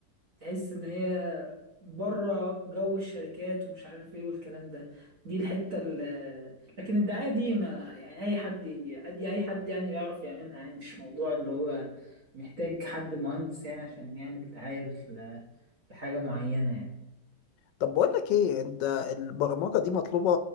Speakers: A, on the right; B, on the left.
A: تحس ان هي بره جو الشركات ومش عارف ايه والكلام ده دي الحته ال- لكن الدعايه دي ما يعني اي حد ي- دي اي حد يعني يعرف يعملها يعني مش موضوع اللي هو محتاج حد مهندس يعني عشان يعمل دعايه ل- لحاجه معينه يعني
B: طب بقول لك ايه انت البرمجة دي مطلوبة